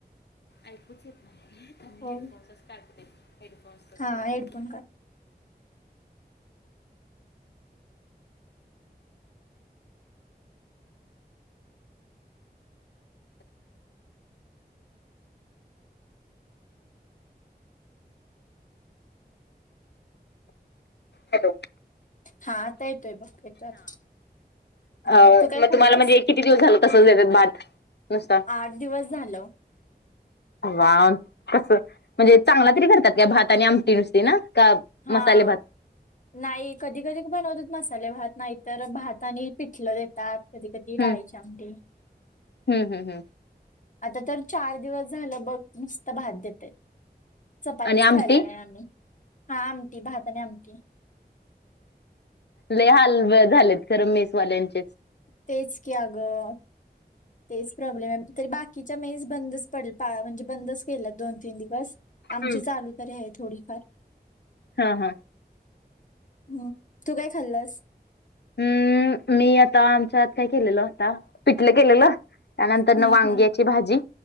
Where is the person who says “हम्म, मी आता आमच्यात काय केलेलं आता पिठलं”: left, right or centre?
Left